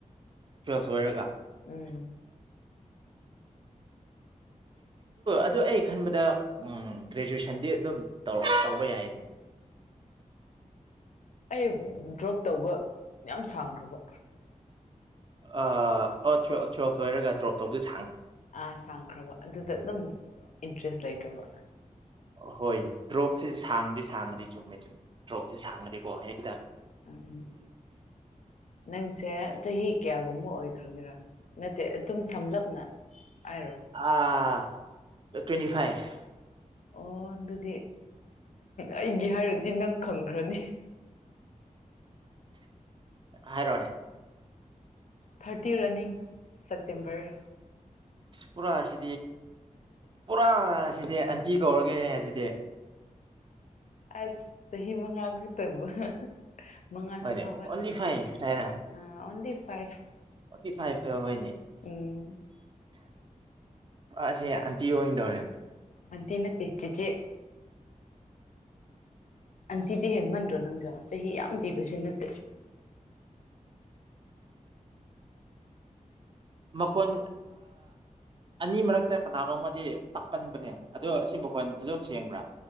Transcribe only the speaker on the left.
ꯎꯝ
ꯑꯩ ꯗ꯭ꯔꯣꯞ ꯇꯧꯕ ꯌꯥꯝ ꯁꯥꯡꯈ꯭ꯔꯕ
ꯑ ꯁꯥꯀ꯭ꯔꯃ ꯑꯗꯨꯗ ꯑꯗꯨꯝ ꯏꯟꯇꯔꯦꯁ ꯂꯩꯇꯧꯕ
ꯎꯝ ꯅꯪꯁꯦ ꯆꯍꯤ ꯀꯌꯥꯒꯨꯝꯕ ꯑꯣꯏꯈ꯭ꯔꯒꯦꯔꯥ ꯅꯠꯇꯦ ꯑꯗꯨꯝ ꯁꯝꯂꯞꯅ ꯍꯥꯏꯔꯣ
ꯑꯣ ꯑꯗꯨꯗꯤ ꯑꯩꯒꯤ ꯍꯥꯏꯔꯗꯤ ꯅꯪ ꯈꯪꯈ꯭ꯔꯅꯤ
ꯊꯥꯔꯇꯤ ꯔꯅꯤꯡ ꯁꯦꯞꯇꯦꯝꯕꯔ
ꯑꯁ ꯆꯍꯤꯍꯤ ꯃꯉꯒ ꯇꯕ ꯃꯉꯥꯁꯨ
ꯐꯥ
ꯐꯥꯠꯇꯕ
ꯑ ꯑꯣꯟꯂꯤ ꯐꯥꯏꯚ
ꯎꯝ
ꯑꯗꯅ ꯇꯦꯁꯤꯤꯁꯦ ꯑꯟꯇꯤꯗꯤ ꯍꯦꯜꯂꯃꯦꯟ ꯗꯔꯣ ꯅꯪꯖ ꯆꯍꯤ ꯌꯥꯝ ꯄꯕꯁꯨ ꯅꯠꯇꯦ